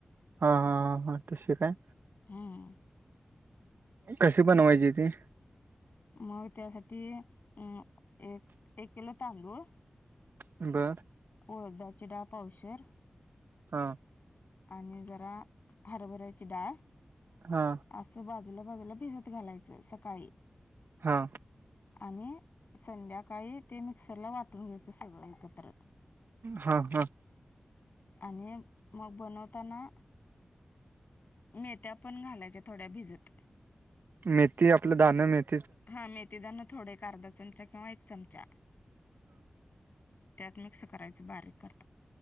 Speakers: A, on the right; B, on the left.
A: हा हा हा हा तशी काय?
B: हम्म
A: कशी बनवायची ती?
B: मग त्यासाठी अं एक-एक किलो तांदूळ
A: बरं.
B: उ डदाळदची डाळ पावशेर.
A: हा.
B: आणि जरा हरभऱ्याची डाळ.
A: हा
B: असं बा बाजूला बाजूला भिजत घालायचं सकाळी.
A: हा.
B: आणि संध्याकाळी ते मिक्सरला वाटून घ्यायचं सगळं एकत्र.
A: हा हा.
B: आणि मग बनवताना. मेथ्या पण घालायच्या थोड्या भिजत.
A: मेथी आपलं दानं मेथ
B: हा मेथीदान थोडे एक अर्धा चमचा किंवा एक चमचा. त्यात मिक्स करायच बारीक कर.